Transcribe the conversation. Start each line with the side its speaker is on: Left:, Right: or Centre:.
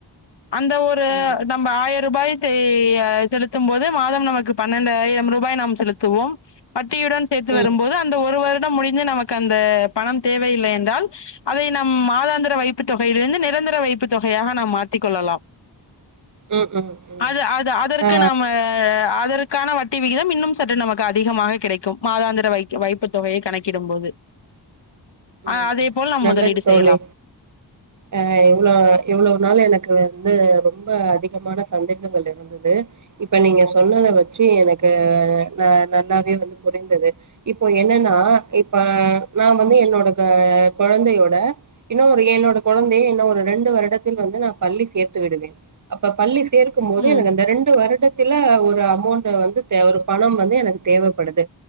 Left: அந்த ஒரு
Right: ம்
Left: நம்ம ஆயரூபாய் செ செலுத்தும் போது மாதம் நமக்கு பன்னெண்டாயிரம் ரூபாய் நாம் செலுத்துவோம் வட்டியுடன் சேத்து
Right: ம் ம்
Left: வரும்போது அந்த ஒரு வருடம் முடிஞ்சு நமக்கு அந்த பணம் தேவையில்லை என்றால் அதை நம் மாதாந்திர வைப்பு தொகையிலிருந்து நிரந்தர வைப்பு தொகையாக நாம் மாத்தி கொள்ளலாம்
Right: ம் ம் ம்
Left: அது அது அதற்கு
Right: ஆ
Left: நாம அ அதற்கான வட்டி விகிதம் இன்னும் சற்று நமக்கு அதிகமாக கிடைக்கும் மாதாந்திர வைக்கு வைப்பு தொகையை கணக் கிடும்போது
Right: ம்
Left: ஆ அதே போல் நாம்
Right: நல்லது
Left: முதலீடு
Right: தோழி
Left: செய்யலாம்
Right: அ இவ்ளோ இவ்வளோ நாள் எனக்கு வந்து ரொம்ப அதிகமான சந்தேகங்கள் இரு ந்துது இப்ப நீங்க சொன்னத
Left: ம்.
Right: வெச்சி எனக்கு நா நல்லாவே வந்து புரிந்தது இப்போ என்னன்னா இப்ப நா வந்து என்னோட கொழந்தையோட இன்னு ஒரு என்னோட கொழந்தைய என்ன ஒரு ரெண்டு வருடத்தில் வந்து நா பள்ளி சேர்த்து விடுவேன் அப்ப பள்ளி சேர்க்கும் போது
Left: ம்.
Right: எனக்கு அந்த ரெண்டு வருடத் துல ஒரு அமௌண்ட் வந்து தேவ ஒரு பணம் வந்து எனக்கு தேவப்படுது